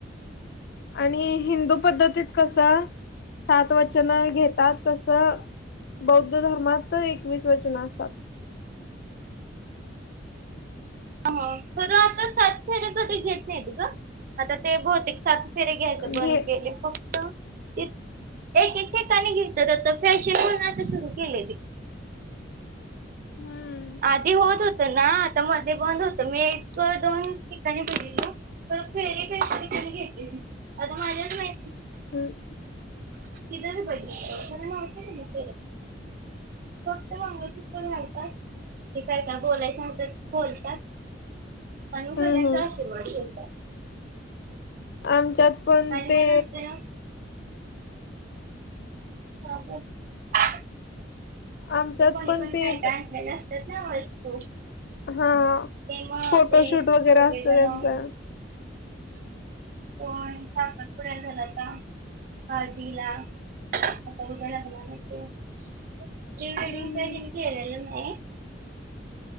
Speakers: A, on the left; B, on the right.
A: आणि हिंदू पद्धतीत कसं, सात वचन घेतात तस बौद्ध धर्मात एकवीस वचनं असतात.
B: ह खरं आता सात फेरे कधी घेत नाहीत ग, आता ते बहुतेक सात फेरे घ्यायच
A: घे
B: बंद केले फक्त, <unintelligible> एक एक ठिकाणी घे त्याज्यात फॅशन म्हणून आता सुरू केलय ते.
A: हम्म
B: आधी होत हो त ना आता मध्ये बंद होत मी एक दोन ठिकाणी बघितले, तर फेरे कायतरी तेनी घेतली नाहीत, आता माझ्याच मै
A: हम्.
B: इर बरी <unintelligible> न न नव्हतं नाही. फक्त मंगळसूत्रच घालतात. ते काय नाही, बोलयच होत ते बोलतात. म्हणून
A: हम्म
B: सगळ्यांचा
A: हम्म
B: आशीर्वाद घेतात.
A: आमच्यात पण
B: आणि
A: ते...
B: मग नंतर ह <unintelligible>
A: आमच्यात
B: ए कोनि
A: पण
B: कोनी
A: ते
B: काय काल आणलेलं तस.
A: हा
B: तेव्हा
A: फोटोशूट
B: ते सगळेजण-
A: वगैरे असतं त्यांचं.
B: पण, साखरपुडा झाला का हळदीला? प्रीवेडिंग तीन
A: हम्म
B: काय केलेल नाही.